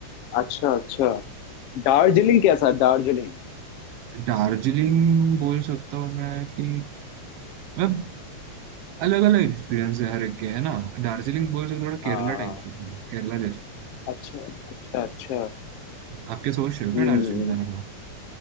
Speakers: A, on the left; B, on the right.
A: अच्छा अच्छा दार्जिलिंग कैसा दार्जिलिंग
B: दार्जिलिंग बोल सकता हूँ मैं कि मतलब अलग अलग एक्सपीरियंस है हर एक के है ना दार्जिलिंग बोल सकते हो, थोड़ा
A: हाँ
B: केरला टाइप से थोड़ा केरला जैसे
A: अच्छा अच्छा अच्छा
B: आपके सोच रहे हो
A: हम्म
B: क्या दार्जिलिंग जाने का